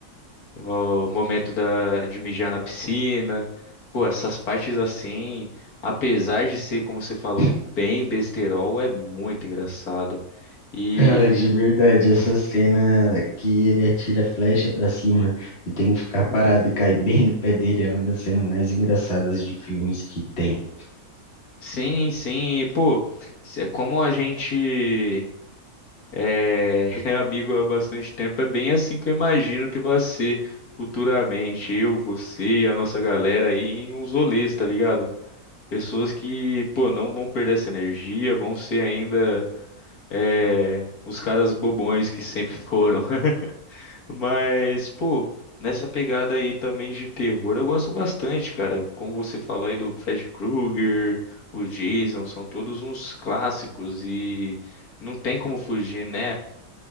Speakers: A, on the left; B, on the left.
A: o momento da, de mijar na piscina. Pô, essas partes assim, apesar de ser, como você falou,
B: <laughs>
A: bem besterol, é muito engraçado. E
B: Cara, de verdade, essa cena que ele atira a flecha pra cima e tem que ficar parado e cair bem no pé dele é uma das cenas mais engraçadas de filmes que tem.
A: sim, sim, pô, se- é como a gente. É, <laughs> é amigo há bastante tempo. É bem assim que eu imagino que vai ser futuramente. Eu, você e a nossa galera aí em uns rolês, tá ligado? Pessoas que, pô, não vão perder essa energia, vão ser ainda é, os caras bobões que sempre foram. <laughs> Mas, pô, nessa pegada aí também de terror, eu gosto bastante, cara. Como você falou aí do Fred Krueger, o Jason, são todos uns clássicos e não tem como fugir, né?